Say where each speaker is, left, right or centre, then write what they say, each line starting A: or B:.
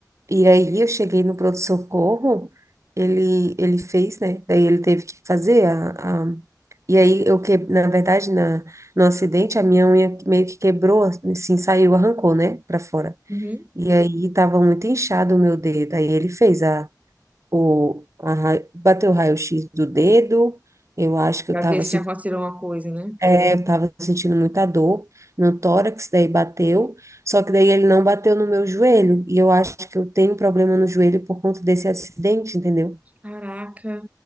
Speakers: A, on the right; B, on the right.
A: e aí eu cheguei no pronto-socorro, ele, ele fez, né? Daí ele teve que fazer a, a- E aí eu que, na verdade, na, no acidente, a minha unha meio que quebrou, assim, saiu, arrancou, né? Pra fora.
B: Uhum.
A: E aí tava muito inchado o meu dedo. Aí ele fez a, o, a, ra- bateu o raio-x do dedo. Eu acho que
B: Pra
A: eu tava
B: ver se
A: assim.
B: tinha acontecido alguma coisa, né?
A: Eu tava sentindo muita dor no tórax, daí bateu, só que daí ele não bateu no meu joelho, e eu acho que eu tenho problema no joelho por conta desse acidente, entendeu?
B: Caraca.